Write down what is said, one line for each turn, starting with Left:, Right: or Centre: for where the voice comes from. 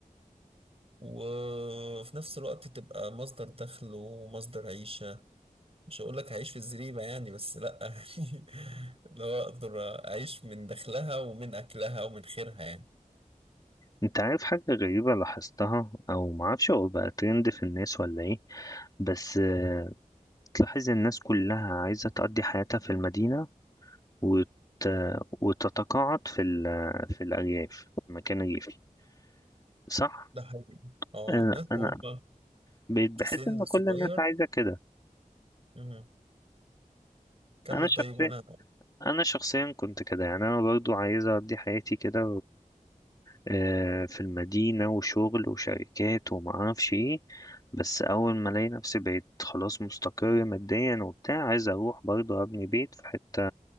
Right: وفي نفس الوقت تبقى مصدر دخل ومصدر عيشة مش هقول لك هعيش في الزريبة يعني بس لأ <laughs> يعني لو أقدر أعيش من دخلها ومن أكلها ومن خيرها يعني
Left: انت عارف حاجة غريبة لاحظتها او معرفش هو بقى ترند في الناس ولا ايه بس آه، تلاحظ الناس كلها عايزة تقضي حياتها في المدينة وت... وتتقاعد في ال... في الأرياف في مكان ريفي صح؟
Right: ده حقيقي اه
Left: انا
Right: الناس
Left: أنا
Right: وهم
Left: بقيت بحس
Right: في سن
Left: ان كل
Right: صغير
Left: الناس عايزة كده
Right: مم. كمل
Left: انا شخصيا
Right: طيب وأنا
Left: انا شخصيا كنت كده يعني انا برضو عايز اقضي حياتي كده آه، في المدينة وشغل وشركات وما اعرفش ايه بس اول ما الاقي نفسي بقيت خلاص مستقر ماديا وبتاع عايز اروح برضه ابني بيت في حتة